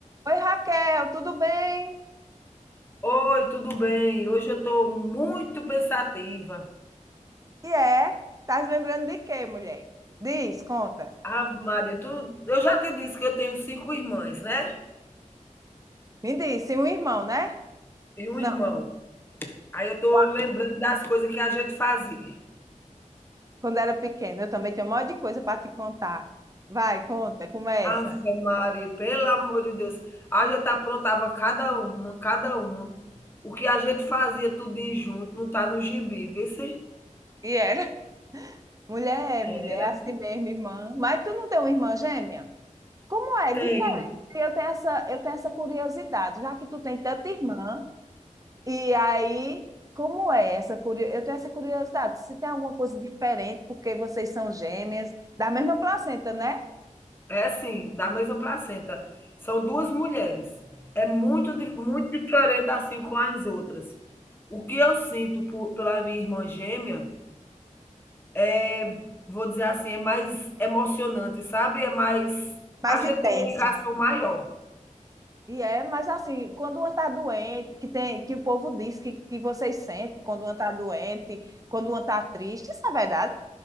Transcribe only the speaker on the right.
Oi, Raquel, tudo bem?
E é? Tá se lembrando de quê, mulher? Diz, conta.
Me diz, se um irmão, né?
Não,
qua-
quando era pequena, eu também tinha um monte de coisa para te contar. Vai, conta, começa.
E era? Mulher, mulher,
assim mesmo, irmã. Mas tu não tem uma irmã gêmea? Como é?
Diferente. Eu tenho essa, eu tenho essa curiosidade, já que tu tem tanta irmã, E aí, como é essa curiosidade? Eu tenho essa curiosidade, se tem alguma coisa diferente, porque vocês são gêmeas, da mesma placenta, né?
Mais
intenso.
E é, mas assim, quando uma está doente, que tem, que o povo diz que, que vocês sentem quando uma está doente, quando uma está triste, isso é verdade?